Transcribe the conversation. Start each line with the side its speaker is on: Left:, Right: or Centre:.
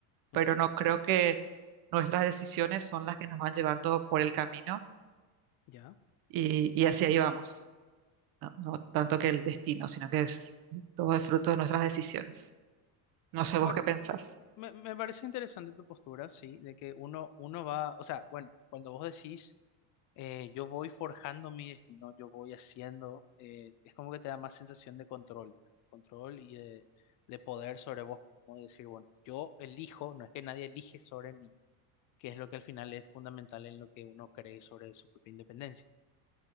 Left: Ujú,
Right: Pero no creo que nuestras decisiones son las que nos van llevando por el camino
Left: Ya.
Right: y, y hacia ahí vamos. No, no tanto que el destino, sino que es todo es fruto de nuestras decisiones. No sé
Left: Bueno.
Right: vos qué pensás.
Left: Me, me parece interesante tu postura, sí, de que uno, uno va, o sea, bueno, cuando vos decís, eh, yo voy forjando mi destino, yo voy haciendo, eh, es como que te da más sensación de control, control y de, de poder sobre vos mismo, y decir, bueno, yo elijo, no es que nadie elige sobre mí, que es lo que al final es fundamental en lo que uno cree sobre su propia independencia.